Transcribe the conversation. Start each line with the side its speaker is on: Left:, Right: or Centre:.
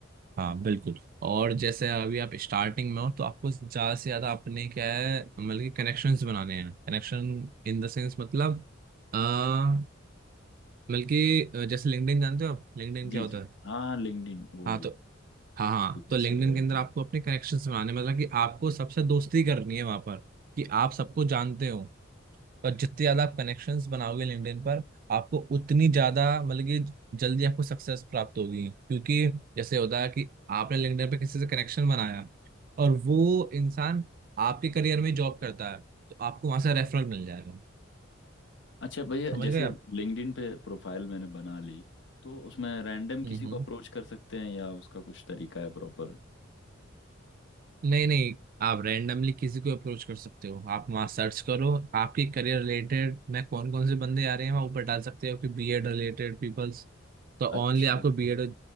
Right: हाँ बिल्कुल और जैसे अभी आप स्टार्टिंग में हो तो आपको ज्यादा से ज्यादा अपने क्या है मतलब कि कनेक्शंस बनाने हैं कनेक्शन इन द सेंस मतलब अ, मतलब कि अ, जैसे लिंक्डइन जानते हो आप लिंक्डइन क्या
Left: जी
Right: होता
Left: जी
Right: है
Left: हाँ लिंक्डइन वो
Right: हाँ तो हाँ हाँ
Left: बिजनेस
Right: तो लिंक्डइन
Left: वगैरह
Right: के अंदर
Left: के
Right: आपको
Left: लिए
Right: अपने कनेक्शंस बनाने मतलब कि आपको सबसे दोस्ती करनी है वहां पर कि आप सबको जानते हो पर जितने ज्यादा आप कनेक्शंस बनाओगे लिंक्डइन पर आपको उतनी ज्यादा मतलब कि जल्दी आपको सक्सेस प्राप्त होगी क्योंकि जैसे होता है कि आपने लिंक्डइन पे किसी से कनेक्शन बनाया और वो इंसान आपके करियर में जॉब करता है तो आपको वहां से रेफरल मिल जाएगा
Left: अच्छा भैया
Right: समझ
Left: जैसे
Right: गए आप
Left: लिंक्डइन पे प्रोफाइल मैंने बना ली तो उसमें रैंडम किसी
Right: हम्म
Left: को अप्रोच कर सकते हैं या उसका कुछ तरीका है प्रॉपर
Right: नहीं नहीं आप रैंडमली किसी को अप्रोच कर सकते हो आप वहाँ सर्च करो आपके करियर रिलेटेड मैं कौन कौन से बंदे आ रहे हैं वहाँ ऊपर डाल सकते हो कि बीएड रिलेटेड पीपल्स तो
Left: अच्छा
Right: ओनली आपको बीएड